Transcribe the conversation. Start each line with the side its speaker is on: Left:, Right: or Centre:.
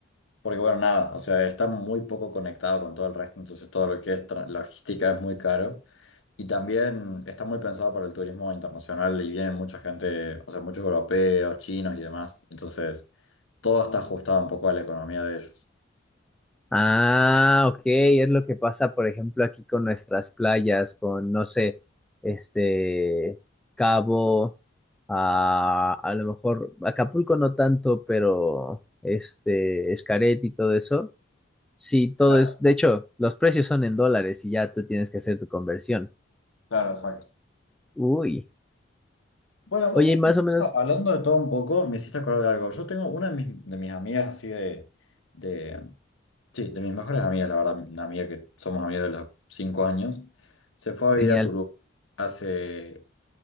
Left: porque bueno, nada, o sea, está muy poco conectado con todo el resto, entonces todo lo que es tra- logística es muy caro. Y también está muy pensado para el turismo internacional y vienen mucha gente, o sea, muchos europeos, chinos y demás. Entonces, todo está ajustado un poco a la economía de ellos.
Centre: Ah, ok, es lo que pasa, por ejemplo, aquí con nuestras playas, con, no sé, este, Cabo, a, a lo mejor Acapulco no tanto, pero este, Xcaret y todo eso. Sí, todo
Left: Claro,
Centre: es, de hecho, los precios son en dólares y ya tú tienes que hacer tu conversión.
Left: claro, exacto.
Centre: Uy,
Left: Bueno, vos
Centre: oye,
Left: sabés
Centre: y más
Left: que justo
Centre: o menos,
Left: hablando de todo un poco, me hiciste acordar de algo. Yo tengo una de mis, de mis amigas así de, de, sí, de mis mejores amigas, la verdad, una amiga que somos amigos de los cinco años, se fue a vivir
Centre: genial.
Left: a Tulum hace